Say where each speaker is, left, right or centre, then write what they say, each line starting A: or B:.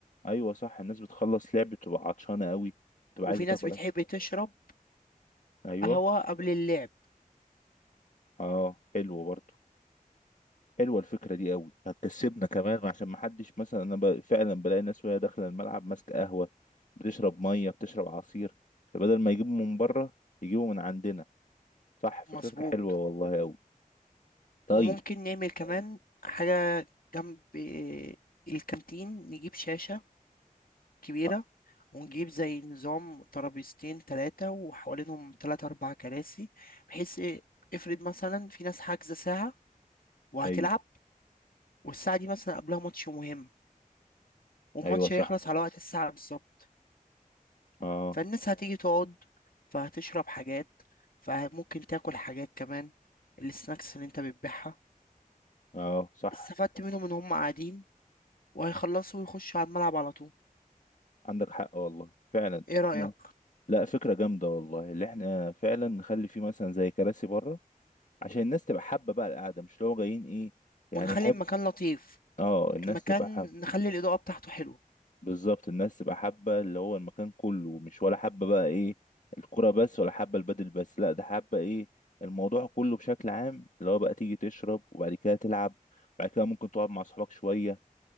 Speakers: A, on the left; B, on the left.
A: أيوة صح الناس بتخلص لعب بتبقى عطشانة أوي بتبقى
B: وفي
A: عايزة
B: ناس
A: تاكل
B: بتحب تشرب
A: أيوة
B: قهوة قبل اللعب
A: أه حلوة برضه حلوة الفكرة دي أوي هتكسبنا كمان عشان محدش مثلا أنا ب... فعلا بلاقي ناس وهي داخلة الملعب ماسكة قهوة بتشرب مية بتشرب عصير فبدل ما يجيبوا من بره يجيبوا من عندنا صح فكرتك
B: مظبوط
A: حلوة والله أوي طيب
B: وممكن نعمل كمان حاجة جنب الكانتين نجيب شاشة كبيرة
A: أ-
B: ونجيب زي نظام ترابيزتين تلاتة وحوالينهم تلاتة أربع كراسي بحيث إيه افرض مثلا في ناس حاجزة ساعة وهتلعب
A: أيوة
B: والساعة دي مثلا قبلها ماتش مهم والماتش
A: أيوة صح
B: هيخلص على وقت الساعة بالظبط
A: أه
B: فالناس هتيجي تقعد فهتشرب حاجات فممكن تاكل حاجات كمان السناكس اللي انت بتبيعها
A: أه صح
B: استفدت منهم ان هم قاعدين وهيخلصوا ويخشوا على الملعب على طول
A: عندك حق والله فعلا
B: ايه رأيك
A: لا فكرة جامدة والله اللي احنا فعلا نخلي فيه مثلا زي كراسي بره عشان الناس تبقى حابة بقى القعدة مش اللي هو جايين ايه يعني
B: ونخلي
A: يحب
B: المكان لطيف
A: اه الناس
B: المكان
A: تبقى حابة
B: نخلي الإضاءة بتاعته حلوة
A: بالظبط الناس تبقى حابة اللي هو المكان كله مش ولا حابة بقى ايه الكرة بس ولا حابة البدل بس لا ده حابة ايه الموضوع كله بشكل عام اللي هو بقى تيجي تشرب وبعد كده تلعب وبعد كده ممكن تقعد مع اصحابك شوية